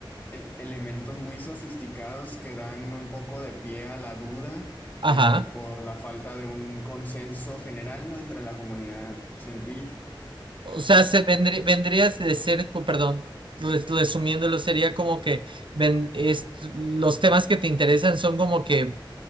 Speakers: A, on the left (about 20°); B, on the right (about 70°).
A: el- elementos muy sofisticados que dan un poco de pie a la duda
B: Ajá.
A: eh, por la falta de un consenso general, ¿no? entre la comunidad científica
B: O sea, se vendrí- vendrías de ser, pu- perdón, res- resumiéndolo, sería como que ven- es- los temas que te interesan son como que